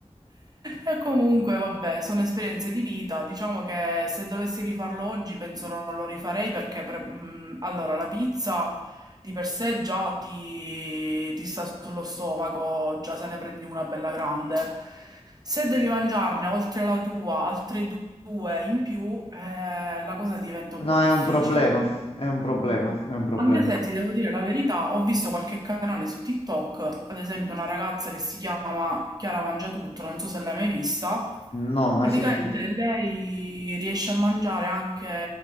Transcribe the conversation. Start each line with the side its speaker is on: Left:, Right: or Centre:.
Right: E comunque, vabbè, sono esperienze di vita. Diciamo che se dovessi rifarlo oggi, penso non lo rifarei perché, pre- mh, allora, la pizza di per sé già ti, ti sta sullo stomaco, già se ne prendi una bella grande. Se devi mangiarne oltre la tua, altre du- due in più, eh, la cosa diventa un
Left: No,
Right: po' difficile.
Left: è un problema, è un problema, è un problema.
Right: Anche se ti devo dire la verità, ho visto qualche canale su TikTok, ad esempio una ragazza che si chiama Chiara Mangiatutto, non so se l'hai mai vista.
Left: No, mai
Right: Praticamente
Left: sentito.
Right: lei riesce a mangiare anche